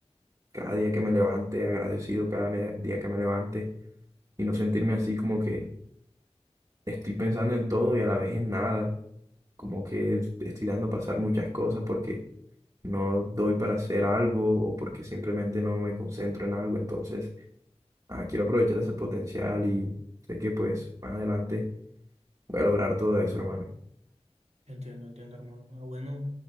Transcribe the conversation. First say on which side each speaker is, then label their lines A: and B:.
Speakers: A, on the right; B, on the right.
A: cada día que me levante, agradecido cada me- día que me levante y no sentirme así como que estoy pensando en todo y a la vez en nada, como que estoy
B: Entiendo,
A: dando pasar muchas cosas porque no doy para hacer algo o porque simplemente no me concentro en algo, entonces... ah, quiero aprovechar ese potencial y sé que pues más adelante voy a lograr todo eso, hermano.
B: entiendo, entiendo, hermano. Ah, bueno,